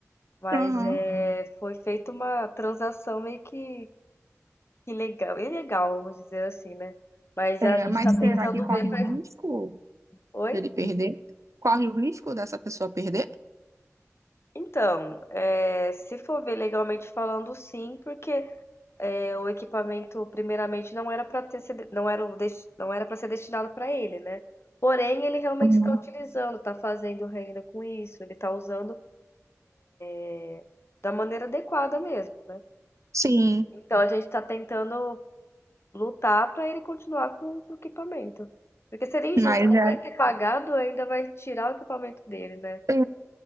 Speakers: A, on the left (about 50°); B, on the right (about 70°).
A: Mas
B: Aham.
A: é, foi feita uma transação meio que, que legal, ilegal, vamos dizer assim, né? Mas
B: É,
A: a gente
B: mas
A: tá tentando
B: será que corre
A: ver pra...
B: o risco
A: Oi?
B: de ele perder? Corre o risco dessa pessoa perder?
A: Então, é, se for ver legalmente falando, sim, porque é, o equipamento primeiramente não era para ter sido- não era o desti- não era para ser destinado para ele, né? Porém, ele realmente
B: Hum.
A: está utilizando, está fazendo renda com isso, ele está usando é, da maneira adequada mesmo, né?
B: Sim,
A: Então a gente está tentando lutar para ele continuar com, com o equipamento. Porque seria injusto,
B: mas
A: além
B: é,
A: de ele ter pagado, ainda vai tirar o equipamento dele, né?
B: é,